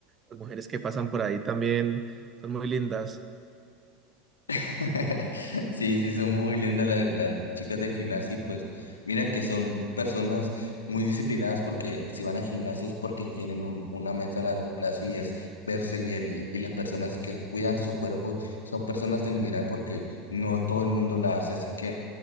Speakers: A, on the right (about 30°); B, on the left (about 85°).
A: las mujeres que pasan por ahí también son muy lindas.
B: <laughs> Sí, sí, son muy lindas la- las, chicas del gimnasio y pues mira que son personas muy disciplinadas porque si van al gimnasio es porque tienen un- una meta a largo plazo y es verse bien y, y las personas que cuidan su cuerpo son personas de admirar porque no todo el mundo la hace, así que